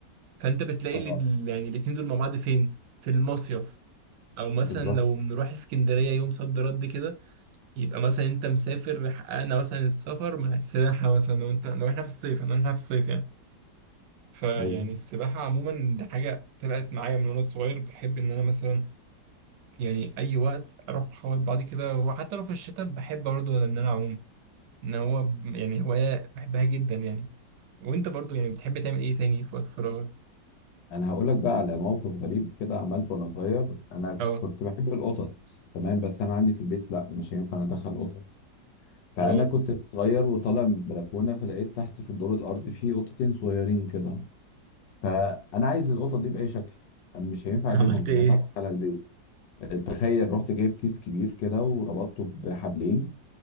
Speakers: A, on the right; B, on the left.
A: فانت بتلاقي
B: اه
A: اللي يعني الاتنين دول مع بعض فين في المصيف او مثلا
B: بالظبط
A: لو بنروح اسكندريه يوم صد رد كده يبقى مثلا انت مسافر حققنا مثلا السفر مع السباحه مثلا لو انت لو احنا في الصيف لو احنا في الصيف يعني فيعني
B: ايوه
A: السباحه عموما دي حاجه طلعت معايا من وانا صغير بحب ان انا مثلا يعني اي وقت اروح اخبط بعضي كده وحتى لو في الشتاء بحب برضه ان انا اعوم ان هو ب- يعني هوايه بحبها جدا يعني وانت برضه يعني بتحب تعمل ايه تاني في وقت فراغك
B: انا هقول لك بقى على موقف غريب كده عملته وانا صغير انا
A: اه
B: كنت بحب القطط تمام بس انا عندي في البيت لا مش هينفع ادخل قطط فانا
A: اه
B: كنت صغير وطالع من البلكونه فلقيت تحت في الدور الارضي في قطتين صغيرين كده فانا عايز القطط دي باي شكل مش هينفع
A: <laughs>
B: اجيبهم
A: عملت
B: مش
A: ايه
B: هينفع ادخلها البيت تخيل رحت جايب كيس كبير كده وربطته بحبلين